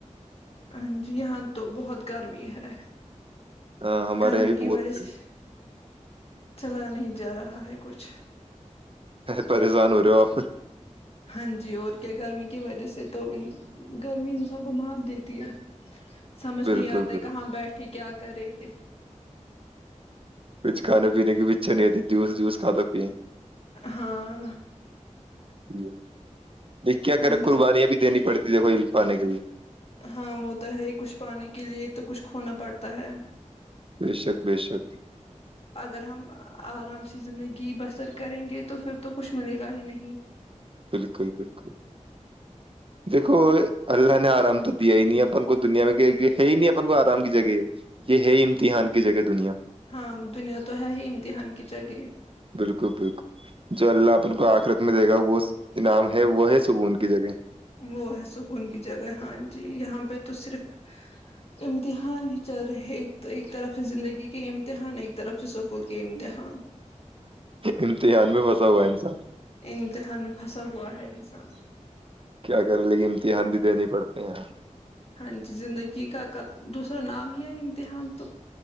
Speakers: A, on the left; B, on the right.
A: ہاں جی یہاں تو بہت گرمی ہے
B: ہاں، ہمارے
A: گرمی
B: یہاں بھی
A: کی
B: بہت
A: وجہ سے چلا نہیں جا رہا ہے کچھ
B: پریسانورو
A: ہاں جی اور کیا گرمی کی وجہ سے تو گرمی انسان کو مات دیتی ہے سمجھ
B: بالکل
A: نہیں آتا
B: بالکل
A: کہاں بیٹھھی کیا <unintelligible>
B: کچھ کھانے پینے کی بھیچھا نہیںتی جوس جوس کھاتا پی جٹھ
A: ہاں
B: ہے <inaudible> ج کیا
A: وہی
B: کریں قربانیاں
A: تو
B: بھی دینی پڑتی ہیں کوئی الفا نکئی
A: ہاں وہ تو ہے ہی کچھ پانے کے لیے تو کچھ کھونا پڑتا ہے
B: ب شک بے شک
A: اگر ہم آرام سے زندگی بسر کریں گے تو پھر تو کچھ ملے گا ہی نہیں
B: بالکل بالکل دیکھو اللہ نے آرام تو دیا ہی نہیں اب اپن کو دنیا میں ہے ہی نہیں اپن کو آرام کی جگہ یہ ہے امتحان کی جگہ دنیا
A: ہاں دنیا تو ہے ہی امتحان ج جگے
B: بالکل بالکل جو اللہ اپن کو آخرت میں دے گا وہ انعام ہے وہ ہے سکون کی جگہ
A: وہ ہے سکون کی جگہ ہاں جی یہاں پہ تو صرف امتحان ہی چل رہے ایک ایک طرف سے زندگی کے امتحان ایک طرف سے سکون کے امتحان
B: امتحان میں پھنسا ہوا انس
A: امتحان میں پھنسا ہوا ہے انسان
B: کیا کر لے کہ امتحان بھی دنے پڑتے ہیں یہاں
A: ہاں جی زندگی کا کا دوسرا نام ہی ہے امتحان تو